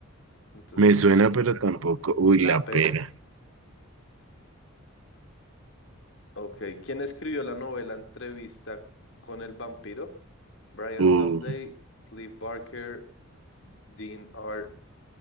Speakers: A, on the left; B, on the right.
A: Entonces,
B: Me suena,
A: pues,
B: pero tampoco. Uy,
A: la
B: la
A: pera.
B: pera.
A: Ok. ¿Quién escribió la novela Entrevista con el vampiro? Brian
B: Uh,
A: Lumley, Cliff Barker, Dean R.